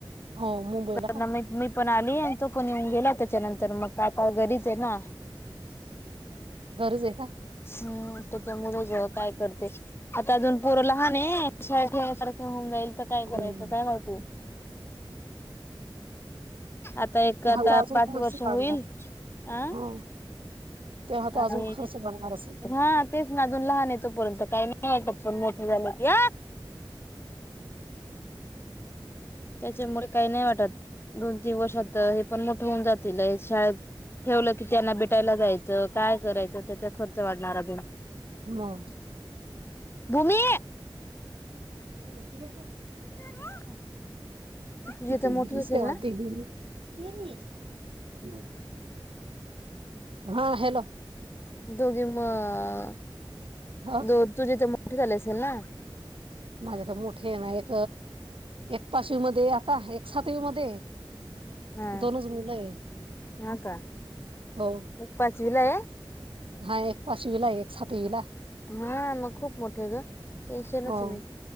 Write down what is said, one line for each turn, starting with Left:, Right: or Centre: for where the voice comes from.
Right: हो मुंबईला
Left: तर
Right: का
Left: म मी पण आली. तो पण येऊन गेला त्याच्यानंतर मग आता घरीच आहे ना.
Right: गरज आहे का?
Left: हम्म त्याच्यामुळे काय करते आता अजून पोरं लहान आहे शाळेत ठेवायसारखे होऊन जाईल. आता काय
Right: हम्म
Left: करायचं काय वागू. आता एक आता
Right: हा तर अजून
Left: पाच
Right: खर्च
Left: वर्ष होईल
Right: वाढणार
Left: आ
Right: ह तेव्हा तर
Left: आणि
Right: अजून खर्च वाढणार असेल
Left: हा तेच ना अजून लहान आहे तोपर्यंत काही नाही. हा आता मोठे झाला की त्याच्यामुळे काही नाही वाटत दोन तीन वर्षात आता हे पण मोठं होऊन जातील शाळेत ठेवलं की त्यांना भेटायला जायचं काय करायचं त्याचा खर्च वाढणार अजून
Right: मग.
Left: भूमि.
Right: ते तुलसा
Left: <unintelligible>
Right: <unintelligible>
Left: मोठी असेल ना
Right: हा हॅलो.
Left: दोघे मग अ,
Right: हो
Left: दो तुझे ते मोठे झाले असेल ना.
Right: माझे का मोठे ना एक, एक पाचवी मध्ये आता एक सातवी मध्ये
Left: हा
Right: दोनच मुलं आहेत,
Left: हा का
Right: हो.
Left: मग पाचवीला हाय.
Right: हाय. पाचवीला एक सातवीला,
Left: हा मग खूप मोठे ग टेन्शनच
Right: हो.
Left: नाही